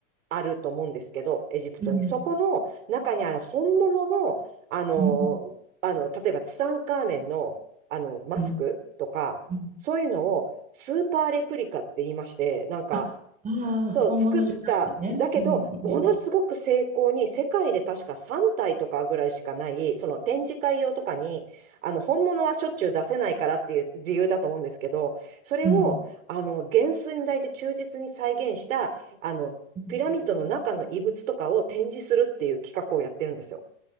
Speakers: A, on the right; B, on the right.
A: あると思うんですけど、エジプトに。
B: うん。
A: そこの中にある本物の、あの、
B: うん。
A: あの、例えばツタンカーメンの、あの、マスクとか、
B: うん。うん。
A: そういうのをスーパーレプリカって言いまして、なんか、
B: あ、あ
A: そう、
B: あ、本物じゃなくてね。
A: 作った。だけど、
B: うん。うん。
A: ものすごく精巧に、世界で確か3体とかぐらいしかない、その展示会用とかに、あの、本物はしょっちゅう出せないからっていう理由だと思うんですけど、それを、
B: うん。
A: あの、原寸大で忠実に再現した、あの、
B: うん
A: ピラミッドの中の遺物とかを展示するっていう企画をやってるんですよ。